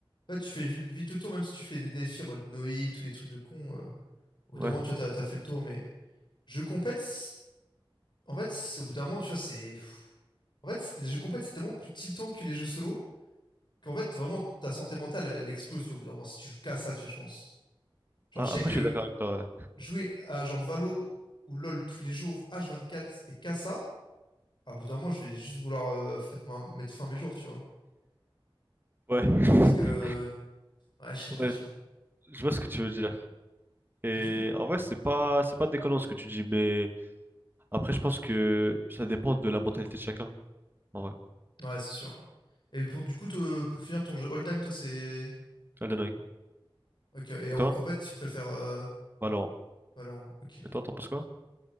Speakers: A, on the left (about 55°); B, on the right (about 25°).
A: Ouais, tu fais vite, vite le tour, même si tu fais des défis en mode Noé, tous des trucs de con. euh, Au
B: Ouais.
A: bout d'un moment, tu vois, t'as, t'as fait le tour, mais. Jeu compète, c'est- en fait, c'est- au bout d'un moment, tu vois, c'est. pff. En fait, c'est- les jeux compètes, c'est tellement plus tiltant que les jeux solo. qu'en fait, vraiment, ta santé mentale, elle, elle explose, tu vois, au bout d'un moment, si tu joues qu'à ça, tu vois, je pense. Genre,
B: Ah,
A: je sais
B: Après,
A: que
B: je suis d'accord avec toi.
A: jouer à genre Valo ou LoL tous les jours, H24 et qu'à ça, à bout d'un moment, je vais juste vouloir euh, faitement mettre fin à mes jours, tu vois.
B: Ouais. Ouais.
A: Parce que,
B: <laughs>
A: ouais, je sais pas,
B: Ouais,
A: tu vois.
B: je vois ce que tu veux dire. Et
A: Et du coup,
B: en vrai, c'est pas, c'est pas déconnant ce que tu dis, mais après, je pense que ça dépend de la mentalité de chacun. En vrai.
A: ouais, c'est sûr. hein. Et pour, du coup, te- pour finir ton jeu all-time, toi, c'est.
B: Elden Ring.
A: Ok, et
B: Et
A: en
B: toi?
A: compète, tu préfères euh,
B: Alors,
A: Valorant, ok.
B: et toi, t'en penses quoi?